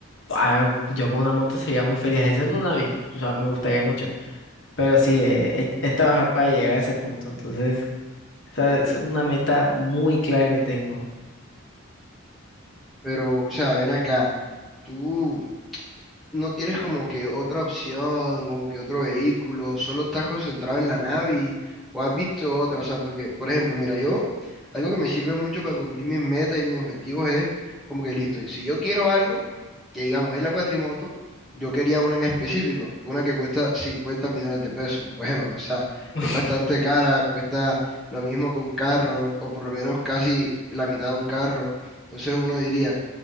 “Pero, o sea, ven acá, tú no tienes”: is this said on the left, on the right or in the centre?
Centre